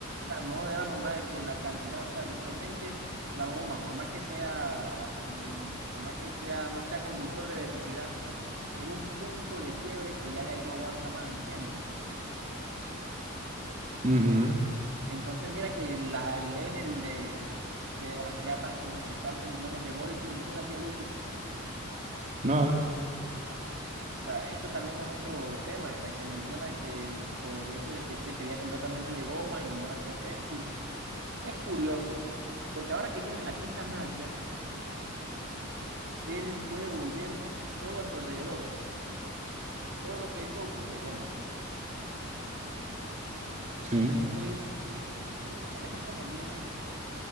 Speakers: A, on the right; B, on the right.
A: sea, no era normal que la cantidad, o sea, literalmente la goma, por más que sea, in- por más que sea, no sea conductor de electricidad, llega un punto de quiebre que ya de ahí no aguanta más, ¿entiendes?
B: Ujú.
A: Entonces, mira que la, el Enel le, le hacía ataque de no sé cuántos millones de voltios y que le hacía Luffy.
B: Nada.
A: sea, eso también es otro tema que que menciona que por el hecho de que se quería completamente de goma y no le hacía efecto. Y es curioso, porque ahora que tiene la quinta marca, él puede volver todo a su alrededor, todo lo que él toque de goma.
B: Sí,
A: Y es muy. Y, y si mira, por ejemplo, también